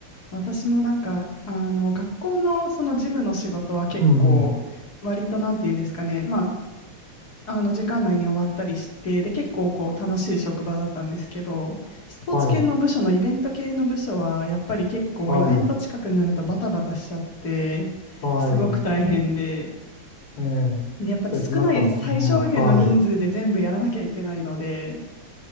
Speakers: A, on the left; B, on the left.
A: 私もなんか、あの、学校のその事務の仕事は結構、
B: うん、
A: 割となんて言うんですかね。まあ、あの、時間内に終わったりして、で、結構こう楽しい職場だったんですけど、スポーツ系の部署のイベント系の部署は、
B: はい、
A: やっぱり結構イベント近くになるとバタバタしちゃって、
B: はい、はい、
A: すごく大変で、
B: ええ、
A: で、やっぱ少ない最小限の人数で全部やらなきゃいけないので、
B: それでまたね、は